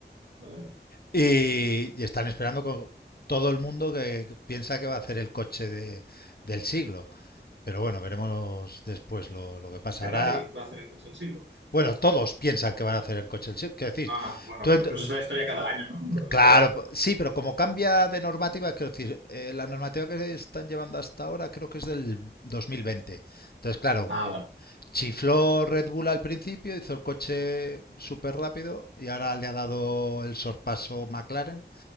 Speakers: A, on the right (about 85°); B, on the left (about 55°).
A: vale.
B: Y, y están esperando con todo el mundo que piensa que va a hacer el coche de- del siglo. Pero bueno, veremos después lo, lo que pasará.
A: Ferrari va a hacer el coche del siglo.
B: bueno, todos piensan que van a hacer el coche del siglo. Quiero decir,
A: Ah, bueno,
B: tú
A: pero,
B: ent-
A: pero eso es la historia cada año, ¿no?
B: claro,
A: O-
B: sí, pero como cambia de normativa, quiero decir, eh, la normativa que están llevando hasta ahora creo que es del 2020. Entonces, claro,
A: Ah, vale,
B: chifló Red Bull al principio, hizo el coche súper rápido y ahora le ha dado el sorpaso McLaren.